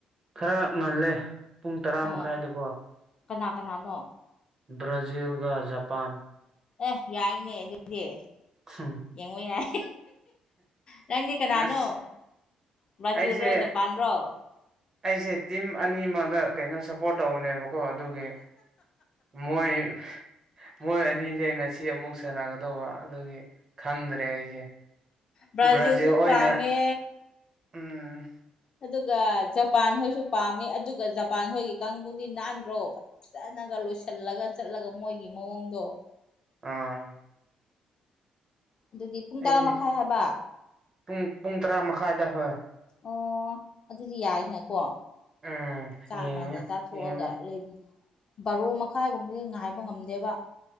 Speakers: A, on the right; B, on the left.
A: ꯈꯔ ꯉꯜꯂꯦ ꯄꯨꯡ ꯇꯔꯥ
B: ꯑꯣ
A: ꯃꯈꯥꯏꯗꯀꯣ
B: ꯀꯅꯥ ꯀꯅꯥꯅꯣ
A: ꯕ꯭ꯔꯥꯖꯤꯜꯒ ꯖꯄꯥꯟ
B: ꯑꯦ ꯌꯥꯏꯅꯦ ꯑꯗꯨꯗꯤ
A: ꯎꯝ
B: ꯌꯦꯡꯉꯣ ꯌꯥꯏ ꯅꯪꯗꯤ ꯀꯅꯥꯅꯣ
A: ꯑꯁ
B: ꯕ꯭ꯔꯥꯖꯤꯜ
A: ꯑꯩꯁꯦ
B: ꯔꯣ ꯖꯄꯥꯟꯔꯣ
A: ꯑꯩꯁꯦ ꯇꯤꯝ ꯑꯅꯤꯃꯗ ꯀꯩꯅꯣ ꯁꯞꯄꯣꯔꯠ ꯇꯧꯕꯅꯦꯕꯀꯣ ꯀꯣ ꯑꯗꯨꯒꯤ ꯃꯣꯏ ꯃꯣꯏ ꯑꯅꯤꯁꯦ ꯉꯁꯤ ꯑꯁꯤ ꯑꯃꯨꯛ ꯁꯥꯟꯅꯒꯗꯧꯕ ꯑꯗꯨꯒꯤ ꯈꯪꯗ꯭ꯔꯦ ꯑꯩꯁꯦ
B: ꯭ꯕꯔꯥꯖꯤꯜꯁꯨ
A: ꯕ꯭ꯔꯥꯖꯤꯜ ꯑꯣꯏꯅ
B: ꯄꯥꯝꯃꯦ
A: ꯎꯝ
B: ꯑꯗꯨꯒ ꯖꯄꯥꯟ ꯍꯣꯏꯁꯨ ꯄꯥꯝꯃꯤ ꯑꯗꯨꯒ ꯖꯄꯥꯟ ꯍꯣꯏꯒꯤ ꯀꯥꯡꯕꯨꯗꯤ ꯅꯥꯟꯗ꯭ꯔꯣꯕ ꯆꯅꯒ ꯂꯣꯏꯁꯤꯜꯂꯒ ꯆꯠꯂꯒ ꯃꯣꯏꯒꯤ ꯃꯑꯣꯡꯗꯣ
A: ꯑꯥ
B: ꯑꯗꯨꯗꯤ ꯄꯨꯡ ꯇꯔꯥ
A: ꯑꯩ
B: ꯃꯈꯥꯏ ꯍꯥꯏꯕ
A: ꯄꯨꯡ ꯄꯨꯡ ꯇꯔꯥ ꯃꯈꯥꯏꯗ ꯍꯣꯏ
B: ꯑꯣ ꯑꯗꯨꯗꯤ ꯌꯥꯏꯅꯀꯣ
A: ꯎꯝ
B: ꯆꯥꯛꯀꯥꯟꯗ
A: ꯌꯦꯡꯉꯦ
B: ꯆꯥꯊꯣꯛꯑꯒ
A: ꯌꯦꯡꯉꯣ
B: ꯔꯦꯗꯤ ꯕꯥꯔꯣ ꯃꯈꯥꯏꯒꯨꯝꯕꯗꯤ ꯉꯥꯏꯕ ꯉꯝꯗꯦꯕ